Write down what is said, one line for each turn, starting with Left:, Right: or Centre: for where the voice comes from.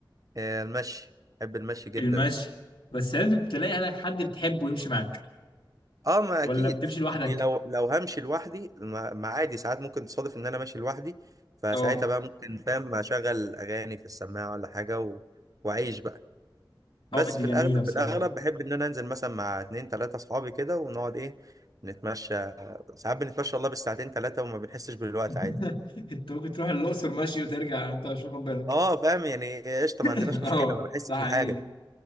Right: المشي بحب المشي جدا
Left: المشي بس لازم تلاقي عليك حد بتحبه يمشي معاك
Right: اه ما
Left: ولا
Right: اكيد
Left: بتمشي لوحدك
Right: يعني لو لو همشي لوحدي ما ما عادي ساعات ممكن تصادف ان انا ماشي لوحدي فساعتها
Left: اه
Right: بقى ممكن فاهم اشغل اغاني في السماعه ولا حاجه و... واعيش بقى بس
Left: اه دي
Right: في
Left: جميلة
Right: الاغلب
Left: بصراحة
Right: في الاغلب بحب ان انا انزل مثلا مع اتنين تلاته اصحابي كده ونقعد ايه نتمشى ساعات بنتمشى والله بالساعتين تلاته وما بنحسش بالوقت
Left: <laughs>
Right: عادي
Left: انت ممكن تروح الأقصر ماشي وترجع انت مش واخد بالك
Right: اه فاهم يعني إيه، قشطه
Left: <laughs>
Right: ما عندناش مشكله
Left: اه
Right: ما بحسش
Left: ده حقيقي
Right: بحاجه